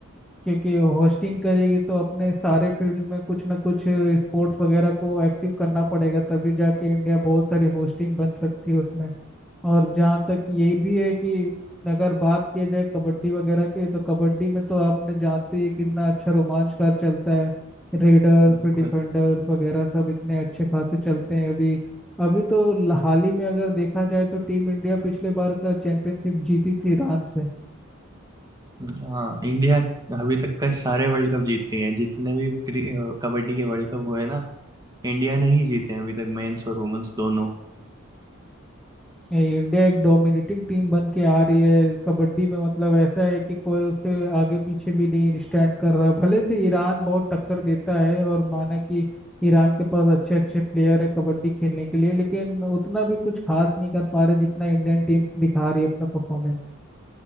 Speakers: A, in the centre; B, on the right.
A: क्योंकि होस्टिंग करेगी तो अपने सारे फील्ड में कुछ ना कुछ स्पोर्ट्स वगैरह को एक्टिव करना पड़ेगा तभी जाके इंडिया बहुत सारी होस्टिंग बन सकती है उसमें और जहाँ तक यही भी है कि अगर बात किया जाए कबड्डी वगैरह की तो कबड्डी में तो आपने जानते ही हैं कितना अच्छा रोमांचकार चलता है रेडर्स
B: बिल्कुल
A: फिर डिफेंडर्स वगैरह सब इतने अच्छे खासे चलते हैं अभी अभी तो ल- हाल ही में अगर देखा जाए तो टीम इंडिया पिछले बार का चैंपियनशिप जीती थी ईरान से
B: हाँ इंडिया अभी तक का सारे वर्ल्ड कप जीतती है जितने भी क्रि- अ, कबड्डी के वर्ल्ड कप हुए हैं ना इंडिया ने ही जीते हैं अभी तक मेंस और वुमेन्स दोनों
A: ये इंडिया एक डोमिनेटिंग टीम बन के आ रही है कबड्डी में मतलब ऐसा है कि कोई उसके आगे पीछे भी नहीं स्टैंड कर रहा भले से ईरान बहुत टक्कर देता है और माना कि ईरान के पास अच्छे अच्छे प्लेयर है कबड्डी खेलने के लिए लेकिन उतना भी कुछ खास नहीं कर पा रहे जितना इंडियन टीम दिखा रही है अपना परफॉर्मेंस